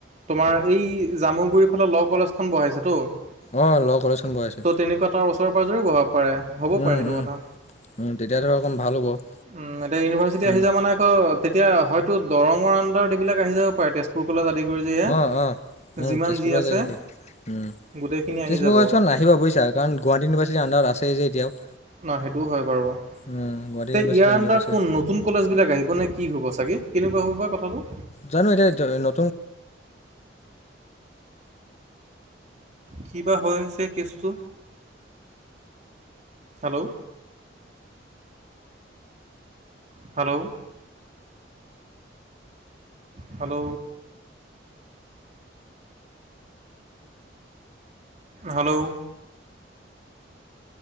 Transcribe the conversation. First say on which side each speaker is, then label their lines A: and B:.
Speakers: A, on the right (about 40°); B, on the left (about 35°).
A: তোমাৰ এই জামুগুৰি ফালে ল কলেজখন বহাইছেতো। ত'
B: অঁ ল কলেজখন বহাইছে
A: তেনেকুৱা তাৰ ওচৰে পাজৰে বভাব পাৰে হ'বও
B: উম
A: পাৰে সেইটো
B: উম
A: কথা।
B: উম তেতিয়া ধৰা অকণ ভাল হ'ব।
A: উম এতিয়া ইউনিভাৰ্চিটি
B: উম
A: আহি যা মানে আকৌ এতিয়া হয়তো দৰঙৰ আনডাৰত এইবিলাক আহি যাব পাৰে তেজপুৰ কলেজ আদি কৰি এয়া।
B: অঁ অঁ উম
A: যিমান
B: তেজপুৰ
A: যি
B: কলেজ
A: আছে।
B: আহিব পাৰে উম
A: গোটেইখিনি আহি
B: তেজপুৰ
A: যাব
B: কলেজখন নাহিব বুজিছা কাৰণ গুৱাহাটী ইউনিভাৰ্চিটিৰ আনডাৰত আছেই যে এতিয়াও।
A: ন সেইটোও হয় বাৰু। তে
B: উম গুৱাহাটী ইউনিভাৰ্চিটিৰ
A: ইয়াৰ আণ্ডাৰত
B: আছে
A: কোন নতুন কলেজ বিলাক আহিব নে কি হব চাগে কেনেকুৱা হ'ব বা কথাটো।
B: জানো এতিয়া নতুন
A: কিবা হৈছে কেছটো। Hello. Hello. Hello. Hello.